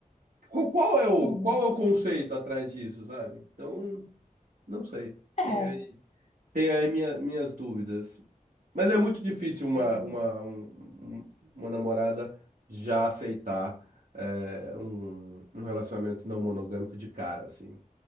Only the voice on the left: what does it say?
Uhum.
É.
Uhum.